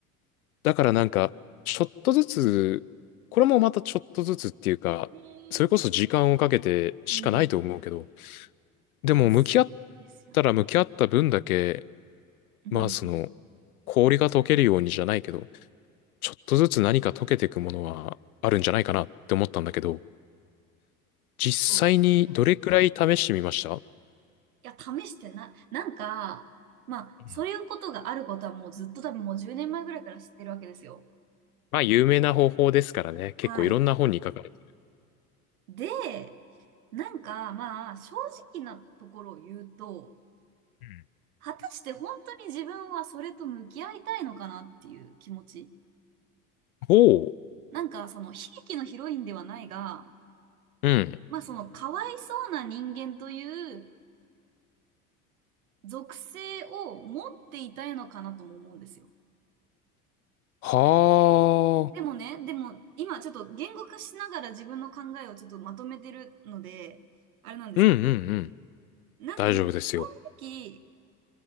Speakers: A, on the left (about 80°); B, on the right (about 75°).
A: だからなんか、ちょっとずつ、これもまたちょっとずつっていうか、
B: へえ。
A: それこそ時間をかけてしかないと思うけど、
B: うん。
A: でも向き合っ
B: いや、そうなんですよね。
A: たら向き合った分だけ、
B: うん、
A: まあその、氷が溶けるようにじゃないけど、ちょっとずつ何か溶けていくものはあるんじゃないかなって思ったんだけど、実際にどれくらい試してみましたう
B: そうですね。ういや、試してな、なんか、まあ、
A: ん
B: そういうことがあることはもうずっと多分もう10年前ぐらいから知ってるわけですよ。
A: まあ有名な方法ですからね、結構いろんな本に書かれてる。
B: はい。で、なんか、まあ、正直なところを言うと、
A: うん
B: 果たして本当に自分はそれと向き合いたいのかなっていう気持ち。
A: おう、
B: なんかその悲劇のヒロインではないが、
A: うん。
B: まあそのかわいそうな人間という属性を持っていたいのかなとも思うんですよ。
A: はあ、
B: でもね、でも今ちょっと言語化しながら自分の考えをちょっとまとめてるので、あれなんですけ
A: うんうんうん。
B: ど、なんかまあ正直
A: 大丈夫ですよ。